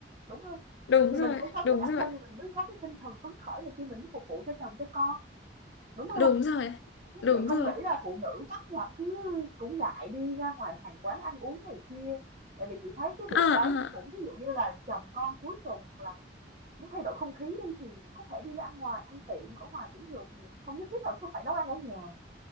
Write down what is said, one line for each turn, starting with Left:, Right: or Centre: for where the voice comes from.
Right: đúng không
Left: đúng
Right: Thì
Left: rồi
Right: mình phải sống
Left: đúng
Right: cho bản
Left: rồi
Right: thân thì mình mới có cái tinh thần phấn khởi này kia mình mới phục vụ cho chồng cho con, đúng không
Left: đúng rồi
Right: Chứ
Left: đúng
Right: chị không
Left: rồi
Right: nghĩ là phụ nữ bắt là cứ cũng ngại đi ra ngoài hàng quán ăn uống này kia, tại vì chị thấy cái
Left: à,
Right: việc
Left: à,
Right: đấy nó cũng ví dụ như là chồng con cuối tuần hoặc là muốn thay đổi không khí đi thì cũng có thể đi ra ăn ngoài, ăn tiệm ở ngoài cũng được Huyền, không nhất thiết là cứ phải nấu ăn ở nhà.